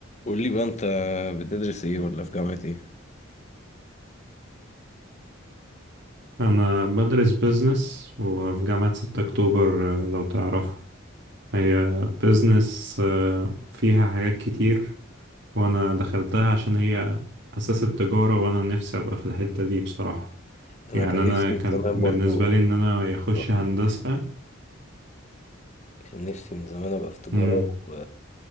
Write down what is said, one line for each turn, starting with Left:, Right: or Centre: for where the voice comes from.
Left: قول لي بقى انت بتدرس ايه ولا في جامعة ايه؟
Right: أنا بدرس بيزنس وفي جامعة 6 أكتوبر آه، لو تعرفها هي بيزنس فيها حاجات كتير وأنا دخلتها عشان هي أساس التجارة وأنا نفسي أبقى في الحتة دي بصراحة
Left: انا
Right: يعني
Left: كان
Right: أنا
Left: نفسي من
Right: كان
Left: زمان
Right: بالنسبة
Left: برضو
Right: لي إن أنا أخش
Left: تجارة.
Right: هندسة
Left: كان نفسي من زمان ابقى في تجارة
Right: مم.
Left: و...